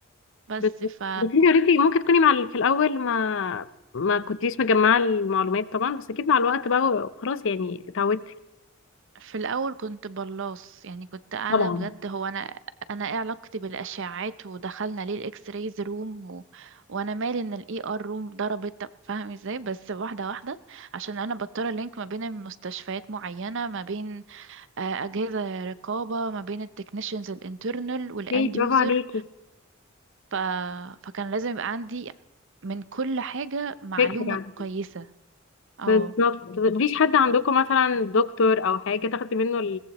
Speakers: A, on the right; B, on the left.
A: بس
B: بالظبط
A: ف
B: بس انت قلتي ممكن تكوني مع ال- في الاول ما ما كنتيش مجمعه المعلومات طبعا بس اكيد مع الوقت بقى خلاص يعني اتعودتي
A: في الاول كنت بلاص يعني كنت قاعده
B: طبعا
A: بجد هو انا انا ايه علاقتي بالاشعاعات ودخلنا ليه الاكس رايز روم و... وانا مالي ان الاي ار روم ضربت طب فاهم ازاي بس واحده واحده عشان انا بضطر لينك ما بين المستشفيات معينه ما بين آه، اجهزه رقابه ما بين التكنيشنز الانترنال والاند
B: هي برافو
A: يوزر
B: عليكي
A: ف... فكان لازم يبقى عندي من كل حاجه معلومه
B: فكره
A: كويسه آه.
B: بالظبط مفيش حد عندكم مثلا دكتور او حاجه تاخدي منه